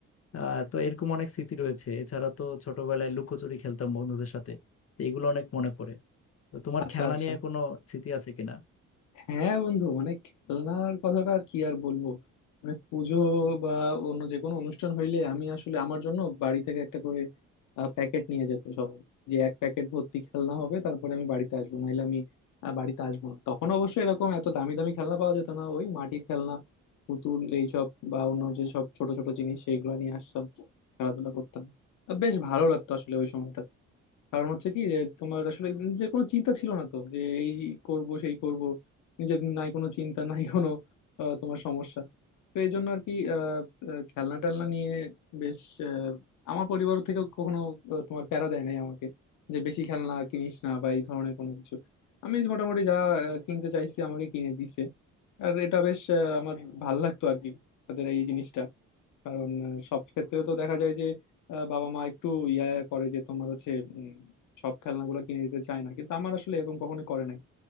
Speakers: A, on the left (about 50°); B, on the left (about 80°).
A: আহ তো এরকম অনেক স্মৃতি রয়েছে এছাড়া তো ছোটবেলায় লুকোচুরি খেলতাম বন্ধুদের সাথে তো এগুলো অনেক মনে পড়ে তো তোমার
B: আচ্ছা
A: খেলনা
B: আচ্ছা
A: নিয়ে কোনো স্মৃতি আছে কিনা
B: হ্যাঁ বন্ধু মানে খেলনার কথাটা আর কি আর বলবো মানে পুজো বা অন্য যে কোনো অনুষ্ঠান হইলে আমি আসলে আমার জন্য বাড়ি থেকে একটা করে প্যাকেট নিয়ে যেত সবাই যে এক প্যাকেট ভর্তি খেলনা হবে তারপরে আমি বাড়িতে আসবো নাহলে আমি আহ, বাড়িতে আসবো না তখন অবশ্য এরকম এত দামি দামি খেলনা পাওয়া যেত না ওই মাটির খেলনা পুতুল এইসব বা অন্য যে সব ছোট ছোট জিনিস সেইগুলো নিয়ে আসতাম খেলাধুলা করতাম আহ, বেশ ভালো লাগতো আসলে ওই সময়টা কারণ হচ্ছে কি যে তোমার আসলে নিজের কোনো চিন্তা ছিল না তো যে এই করব সেই করব নিজের নাই কোনো চিন্তা <laughs> নাই কোনো আহ, তোমার সমস্যা তো এই জন্য আর কি আহ, আহ, খেলনা টেলনা নিয়ে বেশ আহ, আমার পরিবার থেকে কখনো আহ, তোমার প্যারা দেয় নাই আমাকে যে বেশি খেলনা কিনিস না বা এই ধরনের কোনো কিছু আমি যে মোটামুটি যা আহ, কিনতে চাইছি আমাকে কিনে দিছে আর এটা বেশ আহ, আমার ভাল লাগতো আর কি তাদের এই জিনিসটা কারণ আহ, সব ক্ষেত্রে তো দেখা যায় যে আহ, বাবা মা একটু ইয়া করে যে তোমার হচ্ছে উম, সব খেলনাগুলো কিনে দিতে চায় না কিন্তু আমার আসলে এরকম কখনো করে নাই